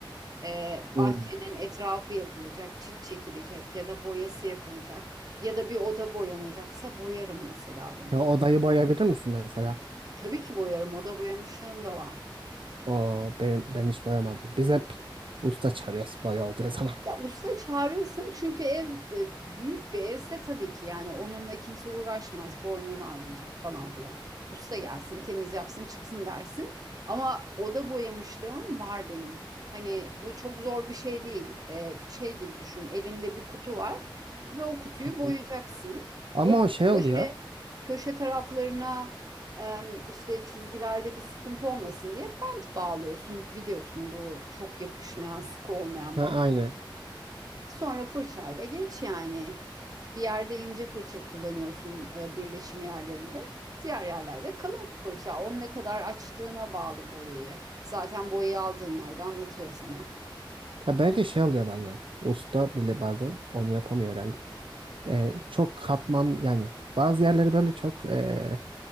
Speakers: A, on the right (about 45°); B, on the right (about 75°).
A: E, bahçenin
B: Hı.
A: etrafı yapılacak, çit çekilecek ya da boyası yapılacak. Ya da bir oda boyanacaksa boyarım mesela bunu.
B: Ya odayı boyayabilir misin mesela?
A: Tabii ki boyarım. Oda boyamışlığım da var.
B: Aa, ben, ben hiç boyamadım. Biz hep usta çağırıyoruz boya olacağı zaman.
A: Ya usta çağırırsın çünkü ev e, büyük bir evse tabii ki yani onunla kimse uğraşmaz. Boynunu ağrıyacak falan filan. Usta gelsin temiz yapsın çıksın dersin. Ama oda boyamışlığım var benim. Hani bu çok zor bir şey değil. E, şey gibi düşün elinde bir kutu var ve o kutuyu
B: <laughs>
A: boyayacaksın.
B: Ama
A: O
B: o şey oluyor.
A: köşe, köşe taraflarına e, işte çizgilerde bir sıkıntı olmasın diye bant bağlıyorsun. Biliyorsun bu çok yapışmayan sıkı olmayan
B: Ha,
A: bant
B: aynen.
A: Sonra fırçayla geç yani. Bir yerde ince fırça kullanıyorsun e, birleşim yerlerinde. Diğer yerlerde kalın fırça. Onu ne kadar açtığına bağlı boyayı. Zaten boyayı aldığın yerde anlatıyor sana.
B: Ya belki şey oluyor bazen. Usta bile bazen onu yapamıyor herhalde. Ee, çok katman yani bazı yerleri böyle çok ee,